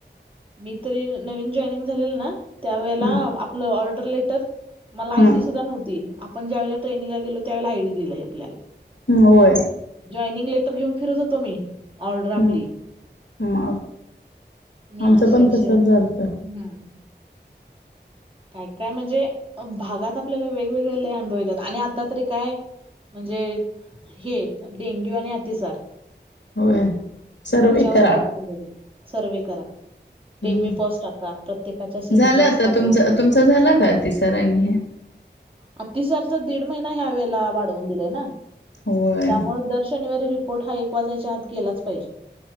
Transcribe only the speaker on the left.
हम्म
हम्म
ह् होय.
हम्म
मग
आमचं
पण
तसच झारत
होय सर्वे
करा
हम्म
झालं आता
तुमचं तुमचा झाला का अतिसार आणि हे
होय